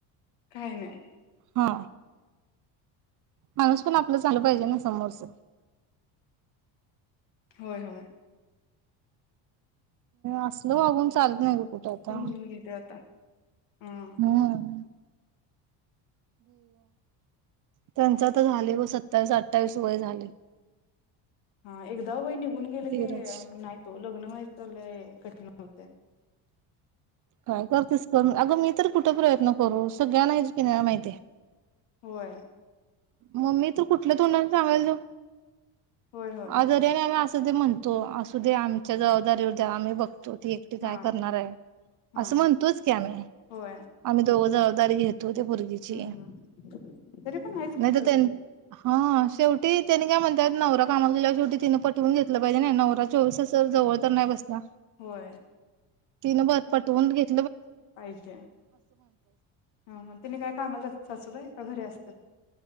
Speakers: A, on the left; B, on the right.
A: काही नाही.
B: हा. माणूस पण आपलं चालू पाहिजे ना समोरच
A: होय होय.
B: असल वागून चालत नाही ग. उठता
A: समजून घेते आता हा
B: हम्म त्यांच आता झाले बघ सत्तावीस अठ्ठावीस वय झाले.
A: हा एक एकदा वय निघून गेल
B: धीरज
A: की नाही होत लग्न व्हायचं तर लई कठीण होते.
B: काय करतेस कर अगं मी तर कुठं प्रयत्न करू सगळ्यांना आहेच की नाही माहिती
A: होय.
B: मम्मी तू कुठल्या तोंडने सांगायला जाऊ.
A: होय होय
B: अगं अस तसे ते म्हणतो असू दे आमच्या जबाबदारीवर आम्ही बघतो. तो ती एकटी
A: हा
B: काय करणार आहे
A: हा
B: असं म्हणतोच की आम्ही
A: होय
B: आम्ही दोघजण दर घेईन. तु त्या पोरगीची
A: हम्म तरी पण आहेच
B: नाही
A: की शेवटी
B: तर त्यां हा शेवटी त्याने काय म्हणत्यात नवरा कामावर गेल्यावर शेवटी तिने पटवून घेत. तुला पाहिजे नही नवरा चोवीस तास जवळच. तर नाही बसला.
A: होय.
B: तीन बघ पटवून घेतल.
A: पाहिजे हा हा तीनी काय कामाला जातात सासूबाई का घरी असत्यात.